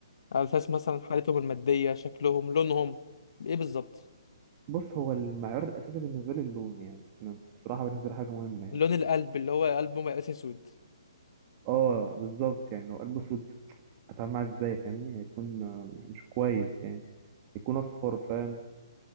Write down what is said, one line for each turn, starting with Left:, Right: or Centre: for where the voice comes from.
Left: على اساس مثلا حالتهم الماديه شكلهم لونهم ايه بالظبط
Right: بص هو المعيار الاساسي بالنسبه لي اللون يعني انا بصراحه بالنسبه لي حاجه مهمه يعني
Left: لون القلب اللي هو قلبه مقاس اسود
Right: اه بالظبط يعني لو قلبه اسود هتعامل معاه ازاي فاهمني هيكون آه، مش كويس يعني يكون اصفر فاهم